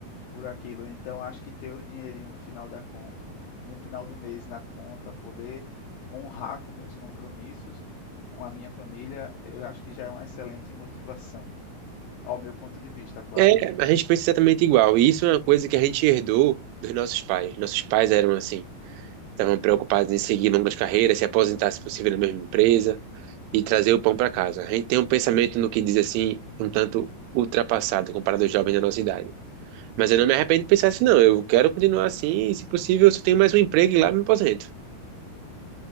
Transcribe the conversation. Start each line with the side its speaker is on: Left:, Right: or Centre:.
Left: por aquilo. Então, acho que ter o dinheirinho no final da con- no final do mês na conta, poder honrar com meus compromissos, com a minha família, eu acho que já é uma excelente motivação, <laughs> ao meu ponto de vista, claro.
Right: É, a gente pensa exatamente igual. E isso é uma coisa que a gente herdou dos nossos pais. Nossos pais eram assim. Estavam preocupados em seguir longas carreiras, se aposentar, se possível, na mesma empresa e trazer o pão para casa. A gente tem um pensamento no que diz assim, um tanto ultrapassado comparado aos jovens da nossa idade. Mas eu não me arrependo de pensar assim, não. Eu quero continuar assim e, se possível, eu só tenho mais um emprego e lá eu me aposento.